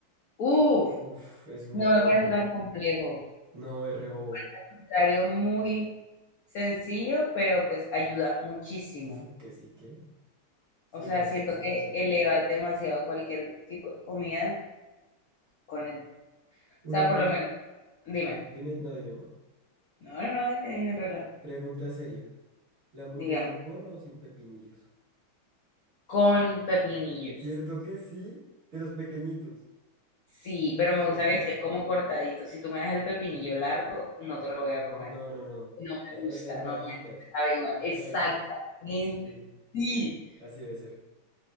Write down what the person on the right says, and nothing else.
Uf, es una
nota.
No, RO.
Fu, que sí, que. Sí,
la verdad
se
me hace.
Una,
un,
dime, no, dime, mo.
Pregunta seria. ¿La hamburguesa
con o sin pepinillos?
Cierto que sí, de los pequeñitos.
Uf,
son
una
nota.
No, no, no.
E- e-
en rodajitas,
bien
delgaditas. Sí,
así debe ser.